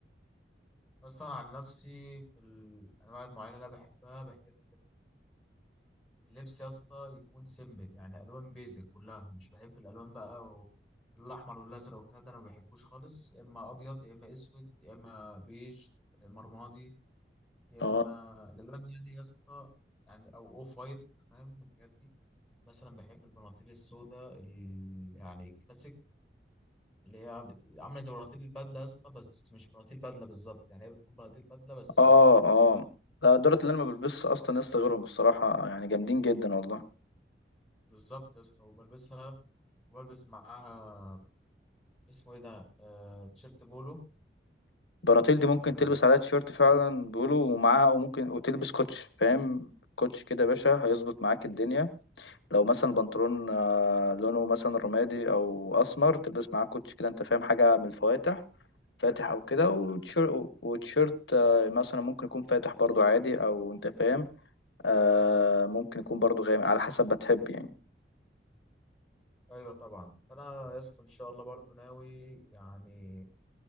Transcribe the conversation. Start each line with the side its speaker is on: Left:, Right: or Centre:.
Centre: اصلا عن نفسي في الانواع المعينه اللي انا بحبها بحب اللبس يا اسطى يكون سيمبل يعني الوان بيزك كلها مش بحب الالوان بقى و... الاحمر والازرق والكلام ده انا ما بحبوش خالص يا اما ابيض يا اما اسود يا اما بيج يا اما رمادي يا
Left: اه
Centre: اما الالوان يعني يا اسطى يعني او اوف وايت فاهم الحاجات دي مثلا بحب البناطيل السوداء ال... يعني الكلاسيك اللي هي بت... عامله زي بناطيل البدله يا اسطى بس مش بناطيل بدله بالظبط يعني هي بتكون بناطيل بدله بس
Left: اه
Centre: بتكون
Left: اه
Centre: واسعه
Left: ده الدرات اللي انا ما بلبسش اصلا يا اسطى غيرهم الصراحه يعني جامدين جدا والله
Centre: بالظبط يا اسطى وبلبسها وبلبس معاها اسمه ايه ده آه تيشيرت بولو
Left: البناطيل دي ممكن
Centre: آه
Left: تلبس عليها تيشيرت فعلا بيقولوا ومعاها وممكن وتلبس كوتش فاهم كوتش كده يا باشا هيظبط معاك الدنيا لو مثلا بنطلون آه، لونه مثلا رمادي او اسمر تلبس معاه كوتش كده انت فاهم حاجه من الفواتح فاتح او كده وتيشيرت وتيشيرت آه، مثلا ممكن يكون فاتح برضو عادي او انت فاهم آه، ممكن يكون برضو غامق على حسب ما تحب يعني
Centre: ايوه طبعا انا يا اسطى ان شاء الله برضو ناوي يعني